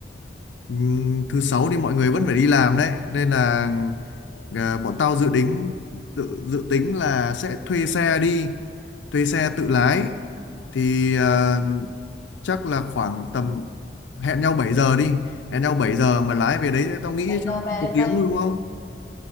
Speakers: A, on the left; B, on the left.
A: Ừm, thứ sáu thì mọi người vẫn phải đi làm đấy nên là ờ, bọn tao dự tính dự dự tính là sẽ thuê xe đi thuê xe tự lái thì ờ,
B: Ừ.
A: chắc là khoảng tầm hẹn nhau 7 giờ đi hẹn nhau 7 giờ mà lái về đấy tao nghĩ
B: 7 giờ
A: chắc
B: về
A: một
B: đến
A: tiếng
B: đây,
A: thôi đúng không